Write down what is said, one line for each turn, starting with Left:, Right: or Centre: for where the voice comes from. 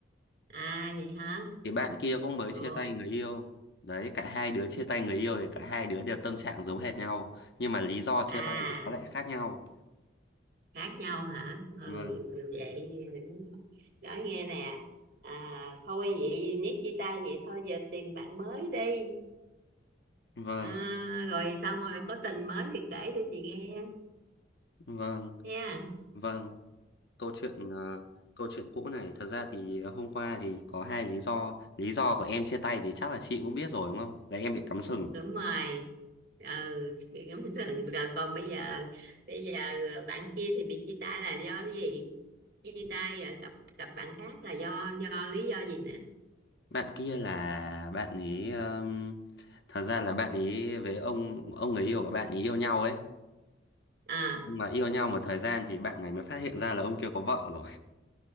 Right: à vậy hả
Left: thì bạn kia cũng mới chia
Right: ồ
Left: tay người yêu đấy cả hai đứa chia tay người yêu thì cả hai đứa đều tâm trạng giống hệt nhau nhưng mà lý do chia
Right: à
Left: tay thì nó lại khác nhau
Right: khác nhau hả ừ
Left: vâng
Right: vậy đúng nói nghe nè à, thôi vậy nếu chia tay vậy thôi giờ tìm bạn mới đi
Left: vâng
Right: à, rồi xong rồi có tình mới thì kể cho chị nghe
Left: Vâng,
Right: nha
Left: vâng, câu chuyện ờ, câu chuyện cũ này thật ra thì hôm qua thì có hai lý do. Lý do của em chia tay thì chắc là chị cũng biết rồi đúng không? Là em bị cắm sừng.
Right: đúng rồi ừ <laughs> thường rồi còn bây giờ bây giờ bạn kia thì bị chia tay là do cái gì chia tay rồi cặp cặp bạn khác là do do lý do gì nè
Left: Bạn kia là bạn ấy ờm, thật ra là bạn ấy với ông ông người yêu của bạn ấy yêu nhau ấy.
Right: à
Left: Nhưng Mà yêu nhau một thời gian thì bạn này mới phát hiện ra là ông kia có vợ rồi.